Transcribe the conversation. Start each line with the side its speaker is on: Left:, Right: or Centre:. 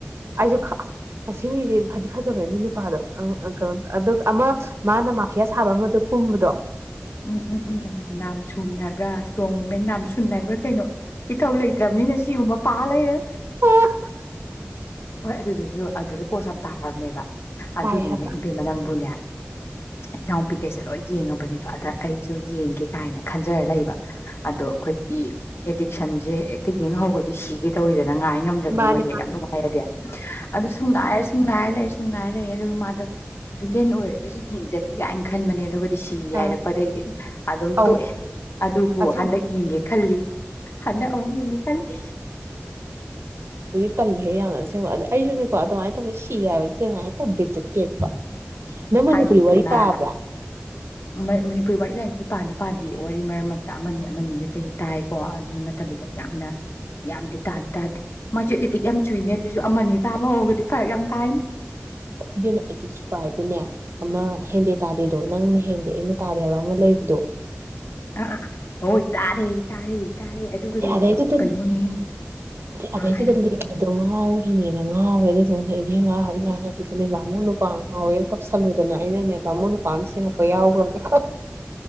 Right: ꯑꯩꯁꯨ ꯑꯁ ꯑꯁꯤ ꯃꯤꯁꯦ ꯐꯗꯤ ꯐꯖꯕꯅꯦ ꯑꯗꯨ ꯅꯨꯄꯥꯗꯣ ꯀꯩꯅꯣ ꯑ ꯑꯃ ꯃꯥꯅ ꯃꯥꯐꯤꯌꯥ ꯁꯥꯕ ꯑꯃꯗ ꯀꯨꯝꯕꯗꯣ
Left: ꯎꯝ ꯎꯝ ꯎꯝ ꯎ ꯅꯥꯝ ꯁꯨꯟ ꯍꯥꯏꯕꯔ꯭ ꯀꯣꯡ ꯃꯦꯟ ꯅꯥꯝ ꯁꯨꯟ ꯁꯨꯅꯥꯏꯕ꯭ꯔꯥ ꯀꯩꯅꯣ ꯏꯊꯧ ꯂꯩꯇ꯭ꯔꯕꯅꯤꯅ ꯁꯤꯒꯨꯝꯕ ꯇꯥ ꯂꯩꯔ
Right: ꯎꯝ
Left: ꯍꯣꯏ ꯑꯗꯨꯗꯨꯁꯨ ꯑꯗꯨꯁꯨ ꯄꯣꯁ ꯌꯥꯝ ꯇꯥꯔꯕꯅꯦꯕ ꯑꯗꯨꯗꯨꯅꯅꯦ
Right: ꯇꯥꯏ ꯍꯥꯏꯕ
Left: ꯏꯕꯦꯝꯃ ꯅꯪꯕꯨꯅꯦ ꯏꯅꯥꯎꯄꯤꯈꯩꯁꯦ ꯂꯣꯏ ꯌꯦꯡꯉꯕꯅꯦꯕ ꯑꯗ ꯑꯩꯁꯨ ꯌꯦꯡꯒꯦ ꯀꯥꯏꯅ ꯈꯟꯖꯔ ꯂꯩꯕ ꯑꯗꯣ ꯑꯩꯈꯣꯏꯒꯤ ꯑꯦꯗꯤꯛꯁꯟꯁꯦ ꯍꯦꯛꯇ ꯌꯦꯡ ꯍꯧꯒꯔꯗꯤ ꯁꯤꯒꯦ ꯇꯧꯋꯤꯗꯅ ꯑꯪ ꯉꯥꯏ ꯉꯝꯗꯕꯗꯣ
Right: ꯃꯥꯅꯦ
Left: ꯃꯣꯏ ꯌꯥꯝ ꯅꯨꯡꯉꯥꯏ ꯑꯗꯨ ꯁꯨꯡ ꯉꯥꯏꯔꯦ ꯁꯨꯡꯥꯏ ꯂꯩꯔꯦ ꯁꯨꯝ ꯉꯥꯏ ꯂꯩꯔꯦ ꯑꯗꯨꯒ ꯃꯗꯣ ꯚꯤꯂꯦꯟ ꯑꯣꯏꯔꯒꯁꯨ ꯌꯦꯡꯖꯒꯦ ꯀꯥꯏꯟ ꯈꯟꯕꯅꯦ ꯁꯤ ꯍꯥꯏꯔꯛꯄꯗꯒꯤꯗꯤ
Right: ꯑꯥ
Left: ꯑꯗꯨꯝ
Right: ꯑꯧ
Left: ꯇꯣꯛꯑꯦ ꯑꯗꯨꯕꯨ
Right: ꯑꯁꯦꯡꯕ
Left: ꯍꯟꯗꯛ ꯌꯦꯡꯒꯦ ꯈꯜꯂꯤ ꯍꯟꯗꯛ ꯑꯃꯨꯛ ꯌꯦꯡꯒꯦ ꯈꯜꯂꯤ
Right: ꯇꯜꯂꯍꯦ ꯌꯥꯝꯅ ꯑꯁꯦꯡꯕ ꯑꯩꯁꯨꯅꯦꯀꯣ ꯑꯗꯨꯃꯥꯏꯅ ꯇꯧꯒ ꯁꯤ ꯍꯥꯏꯕꯁꯤ ꯀꯃꯥꯏꯅ ꯇꯧꯗꯦꯁꯦ ꯀꯦꯛꯄ ꯅꯪ ꯃꯅꯤꯄꯨꯔꯤ
Left: ꯊꯥꯏꯅ ꯏꯕꯦꯝꯃ
Right: ꯋꯥꯔꯤ ꯄꯥꯕ꯭ꯔꯥ
Left: <unintelligible> ꯃꯅꯤꯄꯨꯔꯤ ꯋꯥꯔꯤ ꯂꯥꯏꯔꯤꯛꯇꯤ ꯄꯥꯗꯤ ꯄꯥꯗꯦ ꯋꯥꯔꯤ ꯃꯔꯛ ꯃꯔꯛꯇ ꯑꯃꯅꯤ ꯑꯃꯅꯤꯒ ꯀꯩ ꯇꯥꯏꯀꯣ꯫ ꯑꯗꯨ ꯅꯠꯇꯕꯤꯗ ꯌꯥꯝꯅ꯫ ꯌꯥꯝꯗꯤ ꯇꯥꯗꯤ ꯇꯥꯗꯦ ꯃꯥꯁꯨ ꯑꯦꯗꯤꯛ ꯌꯥꯝ ꯆꯨꯏꯅꯦ ꯑꯗꯨꯁꯨ ꯑꯃꯅꯤ ꯇꯥꯕ ꯍꯧꯔꯒꯗꯤ ꯐꯔꯛ ꯌꯥꯝ ꯇꯥꯏꯅꯦ꯫
Right: ꯏꯕꯦꯝꯅ ꯑꯦꯗꯤꯛ ꯆꯨꯕ ꯍꯥꯏꯕꯨꯅꯦ ꯑꯃ ꯍꯦꯟꯗꯦ ꯇꯥꯗꯦꯗꯣ ꯅꯪꯅ ꯍꯦꯟꯗꯦ ꯑꯩꯅ ꯇꯥꯗꯦ ꯍꯥꯏꯕ ꯑꯃ ꯂꯩꯕꯗꯣ꯫
Left: ꯑ-ꯑꯥ ꯍꯣꯏ ꯇꯥꯔꯦ꯫ ꯇꯥꯔꯦ꯫ ꯇꯥꯔꯦ ꯑꯗꯨꯒꯗꯣ
Right: ꯑꯦ ꯑꯗꯩꯗꯨꯗꯅꯦ
Left: ꯀꯩꯅꯣꯅꯦ
Right: ꯑꯗꯩꯗꯨꯗ
Left: ꯑꯥ ꯍꯥꯏꯔ
Right: ꯂꯦꯝꯕꯗꯣ <unintelligible> ꯉꯥꯎꯔꯤꯅꯦꯃꯦ ꯉꯥꯎꯔꯦ ꯑꯗꯨꯏꯗꯨꯒꯅꯦ ꯏꯕꯦꯝꯃ ꯏꯃꯥꯟꯅꯕꯤꯗꯅꯦ ꯕꯥꯃꯣꯟ ꯅꯨꯄꯥ ꯉꯥꯎꯋꯦ ꯇꯧꯁꯜꯂꯨꯗꯅ ꯑꯩꯅꯅꯦ ꯕꯥꯃꯣꯟ ꯅꯨꯄꯥ ꯑꯃ ꯁꯦꯝꯃꯛꯄ ꯌꯥꯎꯒ꯭ꯔꯕꯅꯦ꯫